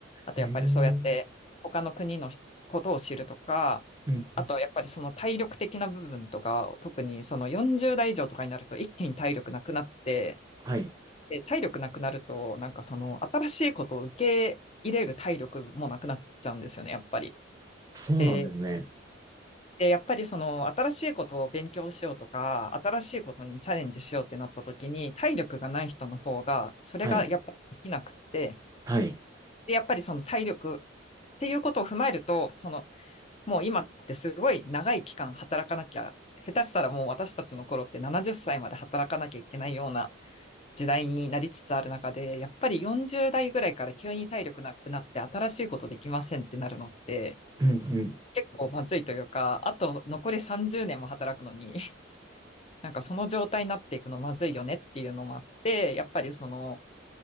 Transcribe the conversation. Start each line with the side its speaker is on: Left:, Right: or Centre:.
Left: あとやっぱりそうやって他の国のことを知るとか、
Right: えー。うん、うん。
Left: あとやっぱりその体力的な部分とか、特にその40代以上とかになると一気に体力なくなって、
Right: はい。
Left: で体力なくなると、なんかその新しいことを受け入れる体力もなくなっちゃうんですよね、やっぱり。
Right: そうなんですね。
Left: で、で、やっぱりその新しいことを勉強しようとか、新しいことにチャレンジしようってなった時に、体力がない人の方が、それがやっぱりできなくって、
Right: はい。はい。
Left: で、やっぱりその体力っていうことを踏まえると、その、もう今ってすごい長い期間働かなきゃ、下手したらもう私たちの頃って70歳まで働かなきゃいけないような時代になりつつある中で、やっぱり40代ぐらいから急に体力なくなって新しいことできませんってなるのって、
Right: うんうん。
Left: 結構まずいというか、あと残り30年も働くのに、なんかその状態になっていくのまずいよねっていうのもあって、やっぱりその